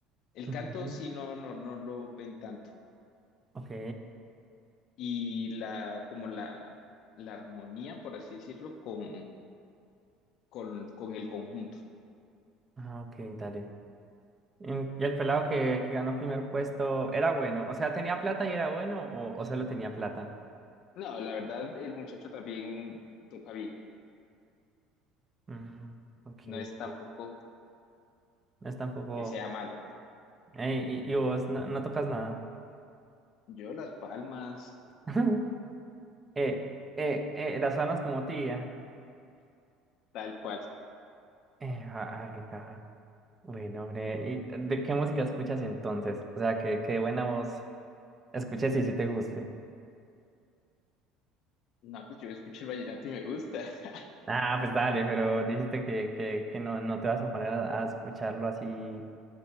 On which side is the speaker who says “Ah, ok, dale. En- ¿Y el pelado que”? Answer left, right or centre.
Right